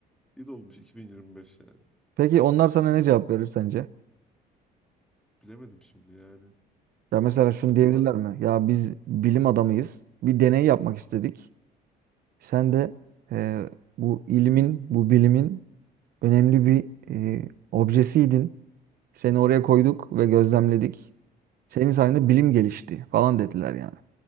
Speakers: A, in the centre; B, on the right (about 60°).
A: İyi de olmuş 2025 yani.
B: Peki onlar sana ne cevap verir sence?
A: Bilemedim şimdi yani.
B: Ya mesela şunu
A: Acaba
B: diyebilirler mi? Ya biz bilim adamıyız. Bir deney yapmak istedik. Sen de e, bu ilimin bu bilimin önemli bir e, objesiydin. Seni oraya koyduk ve gözlemledik. Senin sayende bilim gelişti falan dediler yani.